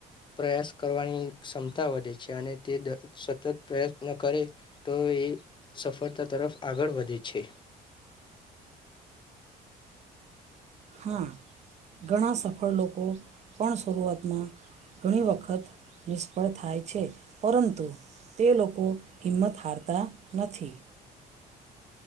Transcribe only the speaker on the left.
પ્રયાસ કરવાની ક્ષમતા વધે છે અને તે સતત પ્રયત્ન કરે તો એ સફળતા તરફ આગળ વધે છે.